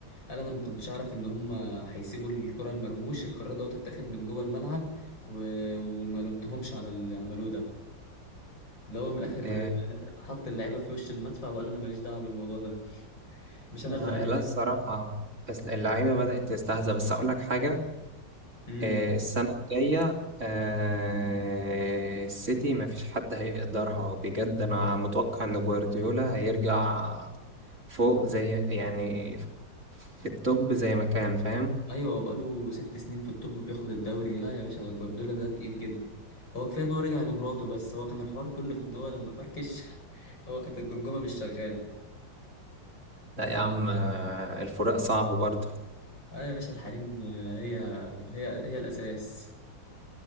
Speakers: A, on the left; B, on the right.
A: قال انا ما كنتش اعرف ان هم هيسيبوا الكرة لمرموش القرار ده تتاخد من جوه الملعب و... وما لومتهمش على اللي عملوه ده اللي هو من الاخر
B: آه،
A: حط اللعيبه في وش المدفع وقال انا ماليش دعوه بالموضوع ده مش انا
B: آه،
A: اللي قايل
B: لا الصراحة بس اللعيبة بدأت تستهزأ بس أقول لك حاجة
A: امم
B: آه، السنة الجاية آه، السيتي مفيش حد هيقدرها بجد أنا متوقع إن جوارديولا هيرجع فوق زي يعني في التوب زي ما كان فاهم
A: ايوه هو بقاله ست سنين في التوب بياخد الدوري لا يا باشا جوارديولا ده تقيل جدا هو كفايه ان هو رجع لمراته بس هو كان الحوار كله في ان هو لما فركش <laughs> هو كانت الجمجمه مش شغاله
B: لا يا عم آه، الفراق صعب برضه
A: اه يا باشا الحريم هي هي هي الاساس